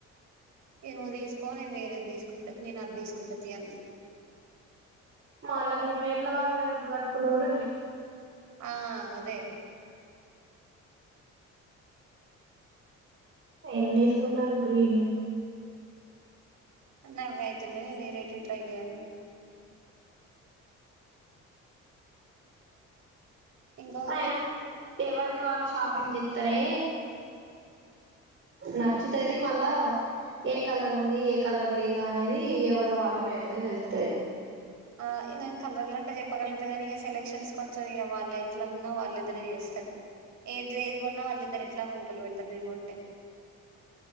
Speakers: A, on the right (about 75°); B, on the right (about 45°).
A: ఇది నువ్వు తీసుకో నేను వేరేది తీసుకుంట నేను అది తీసుకుంటా తీ అన్నది
B: మళ్ళ మీరు వేములవాడ పోయినప్పుడు కట్టుకున్నది కూడ
A: ఆ అదే
B: ఎన్ని తీసుకుంటారు గ్రీన్ లు
A: అన్ని అవ్వే అయితున్నది నేను వేరేట్వి ట్రై చేయాల్న ఇంకా వదిన
B: అయినా ఎవరిది వాళ్ళ ఇస్ షాపింగ్ చేస్తరే నచ్చుతది మల్ల ఏ కలర్ ఉంది ఏ కలర్ లేదు అనేది ఎవరిది వాళ్ళకైతేనే తెలుత్తది
A: ఆ ఇదిం కలర్లంట చెప్ చెప్పగలుగుత గానీ ఇక సెలక్షన్స్ కొంచెం ఇక వాళ్ళు ఎట్లా ఉన్నా వాళ్ళిద్దరే చేస్తది ఏది ఏది కొన్నా వాళ్ళిద్దరు ఎట్లాగో వంకలు పెడతరు నేను కొంటే